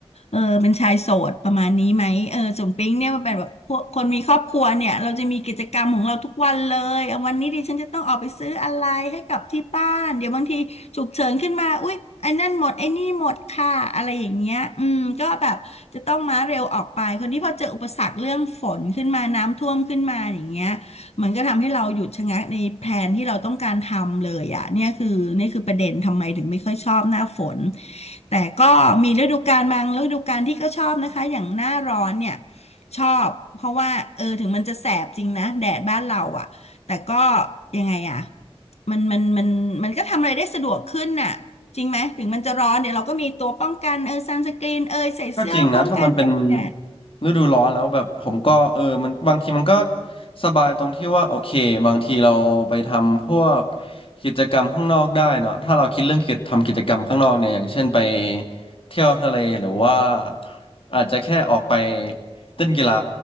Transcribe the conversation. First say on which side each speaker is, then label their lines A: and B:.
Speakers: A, on the left; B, on the left.
A: เออเป็นชายโสดประมาณนี้ไหมเออส่วนปิ๊งเนี่ยมันเป็นแบบพวกคนมีครอบครัวเนี่ยเราจะมีกิจกรรมของเราทุกวันเลยเอาวันนี้ดิฉันจะต้องออกไปซื้ออะไรให้กับที่บ้านเดี๋ยวบางทีฉุกเฉินขึ้นมาอุ๊ยไอ้นั่นหมดไอ้นี่หมดค่ะอะไรอย่างเงี้ยอืมก็แบบ จะต้องม้าเร็วออกไปคราวนที่พอเจออุปสรรคเรื่องฝนขึ้นมาน้ำท่วมขึ้นมาอย่างเงี้ยมันก็ทำให้เราหยุดชะงักในแผนที่เราต้องการทำเลยอ่ะเนี่ยคือนี่คือประเด็นทำไมถึงไม่ค่อยชอบหน้าฝนแต่ก็มีฤดูกาลบางฤดูกาลที่ก็ชอบนะคะอย่างหน้าร้อนเนี่ยชอบเพราะว่าเออถึงมันจะแสบจริงนะแดดบ้านเราอ่ะแต่ก็ยังไงอ่ะมันมันมันมันก็ทำอะไรได้สะดวกขึ้นน่ะ จริงไหมถึงมันจะร้อนเดี๋ยวเราก็มีตัวป้องกันเออซันสกรีนเอยใส่เสื้อป้องกันแสงแดด
B: ก็จริงนะถ้ามันเป็นฤดูร้อนแล้วแบบผมก็เออมันบางทีมันก็สบายตรงที่ว่าโอเคบางทีเราไปทำพวกกิจกรรมข้างนอกได้เนาะถ้าเราคิดเรื่องกิจทำกิจกรรมข้างนอกเนี่ยอย่างเช่นไปเที่ยวทะเลหรือว่าอาจจะแค่ออกไปเล่นกีฬา